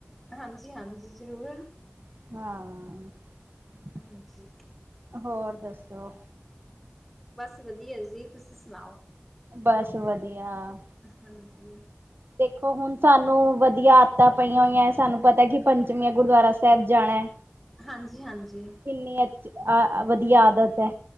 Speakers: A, in the centre; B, on the right.
A: ਹਾਂਜੀ-ਹਾਂਜੀ, ਜਰੂਰ।
B: ਹਾਂ।
A: ਹਾਂਜੀ।
B: ਹੋਰ ਦੱਸੋ।
A: ਬੱਸ ਵਦੀਆ ਜੀ, ਤੁਸੀਂ ਸੁਨਾਉ।
B: ਬੱਸ ਵਦੀਆ।
A: ਹਾਂਜੀ।
B: ਦੇਖੋ ਹੁਣ ਸਾਨੂੰ ਵਦੀਆ ਆਦਤਾਂ ਪਈਆਂ ਹੋਈਆਂ, ਸਾਨੂੰ ਪਤਾ ਕਿ ਪੰਚਵੀ ਆ ਗੁਰਦੁਆਰਾ ਸੈਬ ਜਾਨੈ।
A: ਹਾਂਜੀ-ਹਾਂਜੀ।
B: ਕਿੰਨੀ ਅਚੀ ਆ ਵਦੀਆ ਆਦਤ ਐ।